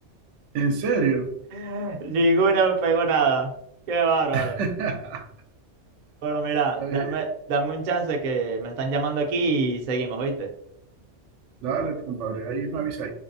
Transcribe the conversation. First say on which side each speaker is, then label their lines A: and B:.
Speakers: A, on the right; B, on the right.
A: ¿En serio?
B: <laughs> Ninguna pegó nada. Qué bárbaro.
A: <laughs>
B: Pero mira,
A: Está
B: dame,
A: bien.
B: dame un chance que me están llamando aquí y seguimos, ¿viste?
A: Dale, compadre, ahí me avisa